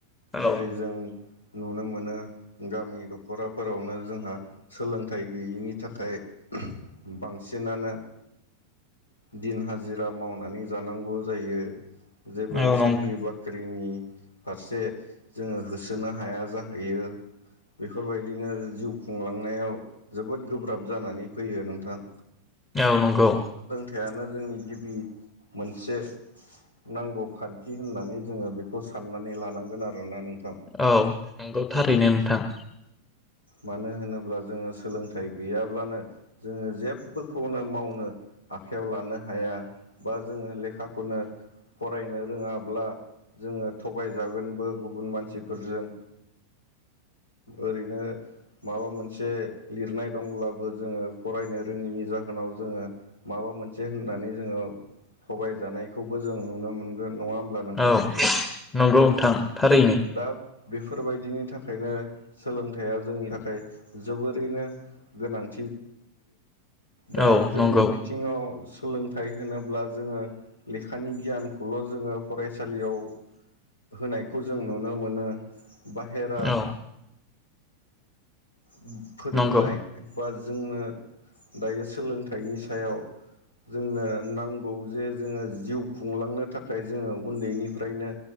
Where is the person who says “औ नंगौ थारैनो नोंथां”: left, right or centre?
Left